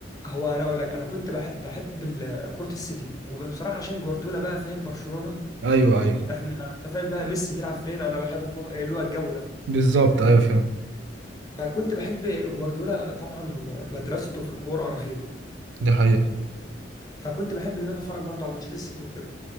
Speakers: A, on the left (about 20°); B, on the right (about 75°).
A: هو انا اقول لك انا كنت بح- بحب ال- كره السيتي وبصراحه عشان جوارديولا بقى فاهم برشلونه
B: ايوه ايوه
A: احنا انت فاهم بقى ميسي بيلعب فين انا بحبه إيه اللي هو الجو ده
B: بالظبط ايوه فعلا
A: فكنت بحب جوارديولا طبعا مدرسته في الكوره رهيبه
B: دي حقيقه
A: فكنت بحب ان انا اتفرج برضه على ماتشات السيتي وكده